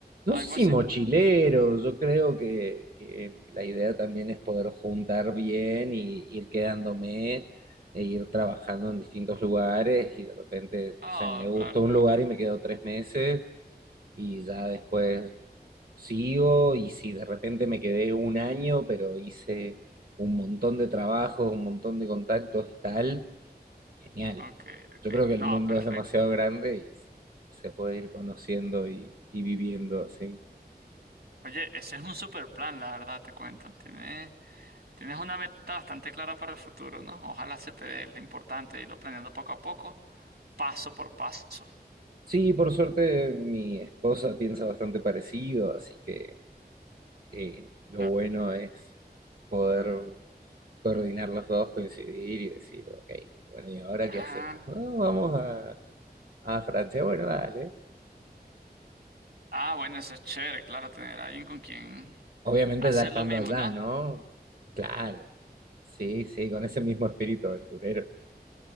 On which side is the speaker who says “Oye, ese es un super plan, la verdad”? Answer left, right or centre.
Right